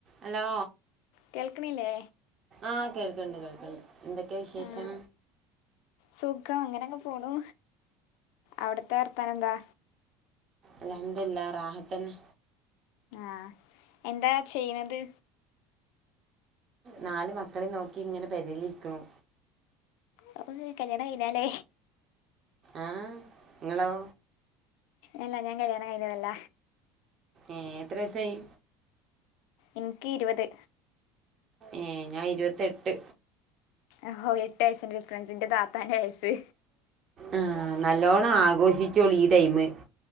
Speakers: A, on the right; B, on the left.
A: Hello.
B: കേൾക്ക്ണില്ലേ.
A: ആഹ് കേൾക്ക്ണ്ട് കേൾക്ക്ണ്ട് എന്തൊക്കെ വിശേഷം.
B: ആ സുഖം അങ്ങനെങ്ങ് പോണു അവിടത്തെ വർത്താനെന്താ.
A: അൽഹംദുലില്ലാഹ് റാഹത്തന്നെ.
B: ആഹ് എന്താ ചെയ്ണത്.
A: നാല് മക്കളിം നോക്കിങ്ങനെ പെരീലിര്ക്കുണു.
B: അപ്പൊങ്ങള് കല്ല്യാണം കയിഞ്ഞാലേ.
A: ആഹ് ങ്ങളോ.
B: എല്ലാ ഞാ കല്ല്യാണം കൈഞ്ഞതല്ല.
A: ഏഹ് എത്ര വയ്സായി.
B: ഇൻക്ക് ഇരുവത്.
A: ഏഹ് ഞാ ഇരുവത്തെട്ട്.
B: ഒഹോ എട്ട് വയസ്സിന്റെ ഡിഫറൻസ് ന്റെ താത്താന്റെ വയസ്സ്.
A: ആഹ് നല്ലോണം ആഘോഷിച്ചോളീ ഈ ടൈമ്.